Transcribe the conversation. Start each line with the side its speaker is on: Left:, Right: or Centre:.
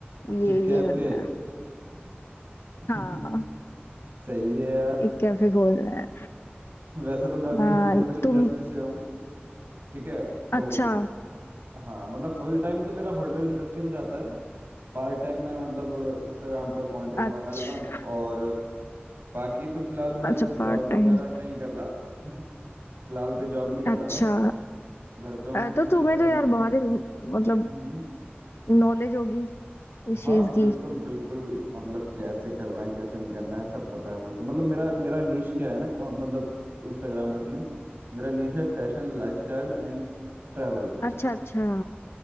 Right: अच्छा
Left: ये
Right: कैफे
Left: ये करना है
Right: <laughs>
Left: हाँ
Right: सही है यार
Left: एक कैफे खोलना है
Right: वैसे तो मैं भी
Left: हाँ
Right: होटल इंडस्ट्री
Left: तुम
Right: से हूँ ठीक है तो
Left: अच्छा
Right: हाँ मतलब फुल टाइम तो मेरा होटल इंडस्ट्री में जाता है पार्ट टाइम मैं मतलब इंस्टाग्राम पर कंटेंट
Left: अच्छा
Right: बना लेता हूँ और बाकी तो फिलहाल मैं
Left: अच्छा
Right: कोई जॉब
Left: पार्ट
Right: वगैरह
Left: टाइम
Right: नहीं कर रहा <laughs> फिलहाल तो जॉब नहीं कर
Left: अच्छा
Right: रहा मैं घर पे हूँ
Left: अ,
Right: तो
Left: तो
Right: उस
Left: तुम्हें
Right: चक्कर
Left: तो यार
Right: में
Left: बहुत ही मतलब
Right: हम्म
Left: नॉलेज होगी इस
Right: हाँ
Left: चीज
Right: बिल्कुल
Left: की
Right: बिल्कुल मतलब कैसे करना है कैसे नहीं करना है सब पता है मेरे को मतलब मेरा मेरा नीश क्या है ना कौ- मतलब इंस्टाग्राम पे अपने मेरा नीश है फैशन लाइफस्टाइल एंड ट्रैवल
Left: अच्छा अच्छा